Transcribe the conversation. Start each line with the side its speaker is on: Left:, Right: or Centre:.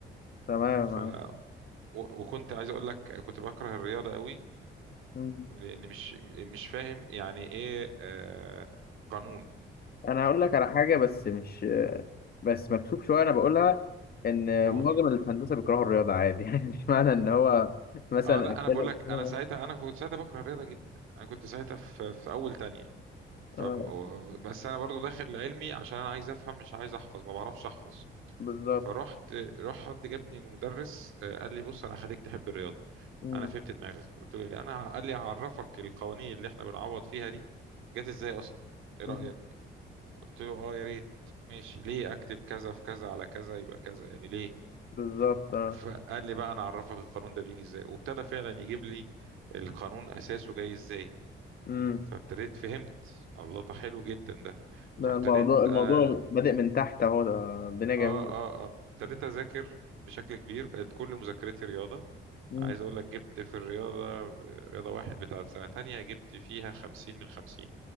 Left: تمام
Right: ف
Left: معاك.
Right: و- وكنت عايز اقول لك كنت بكره الرياضة قوي
Left: مم.
Right: لان مش مش فاهم يعني ايه آه، قانون
Left: أنا هقول لك على حاجة بس مش بس مكسوف شوية أنا بقولها إن
Right: قول
Left: معظم اللي في هندسة بيكرهوا الرياضة عادي <laughs> يعني مش معنى إن هو مثلا
Right: اه لا
Left: أكلها
Right: انا بقول لك
Left: <laughs>
Right: انا ساعتها انا كنت ساعتها بكره الرياضة جدا انا كنت ساعتها في, في اول تانية ف
Left: آه
Right: بس انا برضو داخل علمي عشان انا عايز افهم مش عايز احفظ ما بعرفش احفظ
Left: بالظبط
Right: فرحت راح حد جابني المدرس آه، قال لي بص انا هخليك تحب الرياضه
Left: مم.
Right: انا فهمت دماغك قلت له إيه؟ انا قال لي هعرفك القوانين اللي احنا بنعوض فيها دي جت ازاي اصلا ايه رايك
Left: مم.
Right: قلت له اه يا ريت ماشي ليه اكتب كذا في كذا على كذا يبقى كذا يعني ليه
Left: بالظبط اه
Right: فقال لي بقى انا اعرفك القانون ده بيجي ازاي وابتدى فعلا يجيب لي القانون اساسه جاي ازاي
Left: امم
Right: فابتديت فهمت الله ده حلو جدا ده
Left: ده
Right: فابتديت
Left: الموضوع الموضوع
Right: اه
Left: بادئ من تحت اهو ده الدنيا جميلة
Right: اه اه آه، ابتديت اذاكر بشكل كبير بقت كل مذاكرتي رياضه
Left: امم
Right: عايز اقول لك جبت في الرياضة رياضة واحد بتاعت سنة تانية جبت فيها خمسين من خمسين